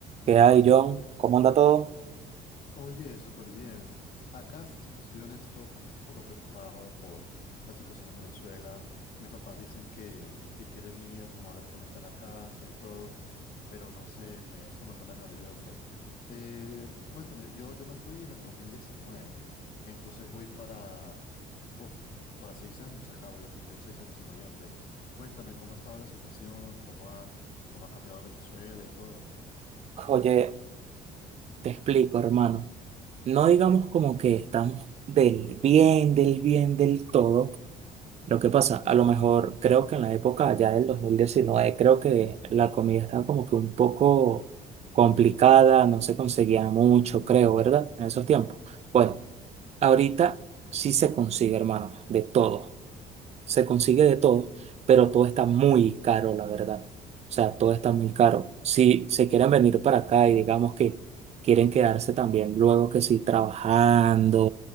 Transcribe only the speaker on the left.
Oye, súper bien. Acá, si te soy honesto, como un poco preocupado por la situación en Venezuela. Mis papás dicen que, que quieren ir, como a ver cómo está la casa y todo, pero no sé, me, eso me pone nervioso. Eh, cuéntame, yo, yo me fui en el 2019, entonces voy para, puf, para seis años acá, voy a cumplir seis años en noviembre. Cuéntame cómo ha estado la situación, cómo ha, cómo ha cambiado Venezuela y todo.